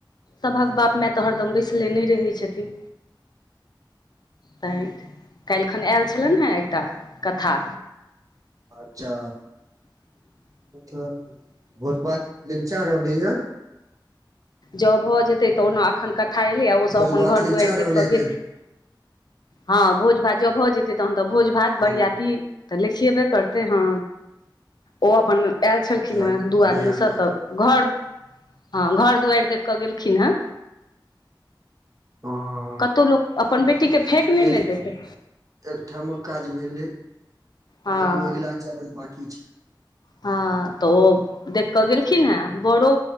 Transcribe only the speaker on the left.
सभ कऽ बाप माय तऽ हरदम बैसलेने रहै छथिन तै काल्हिखन आयल छलनि हे एकटा कथा
ज भऽ जेतै तऽ ओना एखन कथा एलै आ ओसभ
अपन
घर
दुआरि देख
कऽ
गेलखिन ह भोज भात जब भऽ जेतै तहन तऽ भोज भात
बरियात तऽ लिखियेबे करते हँ ओ अपन आयल छलखिन
हे दू
आदमीसँ
तऽ घर ह घर दुआरि देख कऽ गेलखिन ह
कतहु लोक अपन बेटीके फेक नहि
ने जेतै
हँ
ह तऽ ओ देख कऽ गेलखिन हे बड़ो